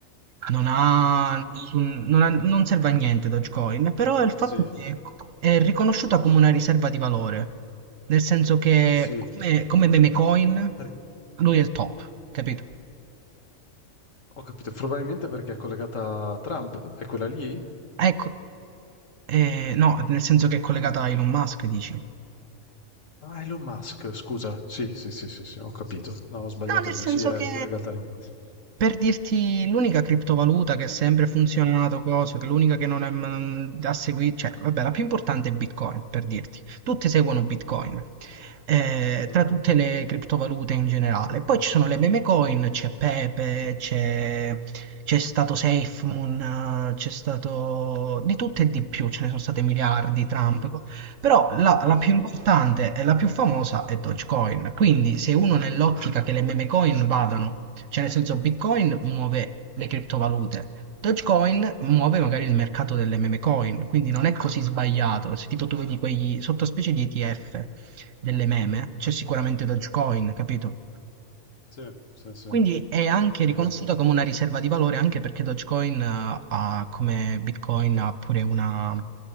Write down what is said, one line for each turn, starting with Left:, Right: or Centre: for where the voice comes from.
Right: non ha
Left: <laughs>
Right: nessun- non ha- non serve a niente Dogecoin, però è il fatto
Left: Sì,
Right: che è riconosciuta come una riserva di valore, nel senso che
Left: sì,
Right: come, come meme coin
Left: per-
Right: lui è il top, capito?
Left: ho capito, probabilmente perché è collegata a Trump, è quella lì?
Right: Ecco, eh, no, nel senso che è collegata a Elon Musk, dici?
Left: Ah, Elon Musk, scusa. Sì, sì, sì, sì, sì, ho capito. No, ho sbagliato
Right: No, nel
Left: io.
Right: senso
Left: Sì, è
Right: che
Left: collegata a Elon Musk.
Right: Per dirti, l'unica criptovaluta che ha sempre funzionato, cosa, che l'unica che non è, mm, ha seguito, cioè, vabbè, la più importante è Bitcoin, per dirti. Tutti seguono Bitcoin, eh,
Left: Mhm.
Right: tra tutte le criptovalute in generale. Poi ci sono le meme coin, c'è Pepe, c'è c'è stato SafeMoon, eh, c'è stato di tutto e di più, ce ne sono state miliardi, Trump,
Left: Mm,
Right: co- però la, la
Left: Sì,
Right: più importante e la più famosa è Dogecoin. Quindi, se uno nell'ottica che le meme coin vadano cioè, nel senso, Bitcoin muove le criptovalute, Dogecoin muove magari il mercato delle meme coin, quindi non è così sbagliato. Se tipo tu vedi quegli sottospecie di ETF delle meme, c'è
Left: Mm.
Right: sicuramente Dogecoin, capito?
Left: sì, sì, sì.
Right: Quindi è anche riconosciuta
Left: Eh,
Right: come una riserva di valore anche perché Dogecoin eh, ha, come Bitcoin ha pure una,